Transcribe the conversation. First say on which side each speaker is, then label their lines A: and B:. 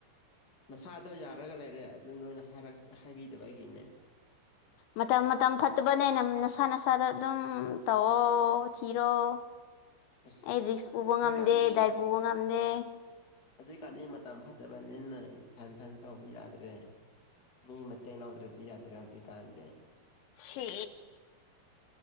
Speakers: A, on the left (about 25°); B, on the left (about 80°).
A: ꯃꯁꯥꯗꯣ ꯌꯥꯔꯒ ꯂꯩꯔꯦ ꯑꯗꯨ ꯅꯣꯏꯅꯔꯛ ꯍꯥꯏꯕꯤꯗꯕꯒꯤꯅꯦ
B: ꯃꯇꯝ ꯃꯇꯝ ꯐꯠꯇꯕꯅꯦꯅ ꯅꯁꯥ ꯅꯁꯥꯗ ꯑꯗꯨꯝ ꯇꯧꯑꯣ ꯊꯤꯔꯣ
A: ꯑꯁ
B: ꯑꯩ ꯔꯤꯛꯁ ꯄꯨꯕ
A: ꯍꯧꯖꯤꯛꯀꯥꯟꯗꯤ
B: ꯉꯝꯗꯦ ꯗꯥꯏ ꯄꯨꯕ ꯉꯝꯗꯦ
A: ꯍꯧꯖꯤꯛ ꯀꯥꯟꯗꯤ ꯃꯇꯝ ꯐꯠꯇꯕꯅꯤꯅ ꯏꯊꯟ ꯊꯟ ꯇꯧꯕ ꯌꯥꯗ꯭ꯔꯦ ꯃꯤ ꯃꯦꯡ ꯌꯥꯎꯗ꯭ꯔꯗꯤ ꯌꯥꯗ꯭ꯔꯦ ꯍꯥꯁꯤ ꯀꯥꯟꯗꯦ
B: ꯁꯤ